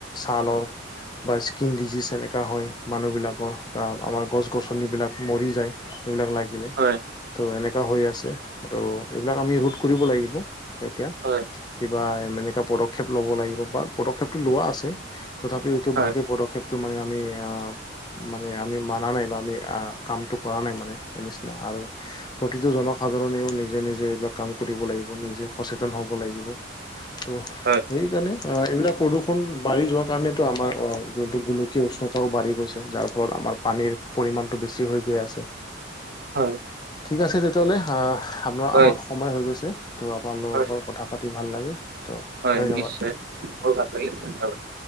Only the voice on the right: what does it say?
হয়
হয়।
হয়
হয়।
হয়।
হয়
হয়
হয়
নিশ্চয় মোৰো ভাল লাগিল ধন্যবাদ।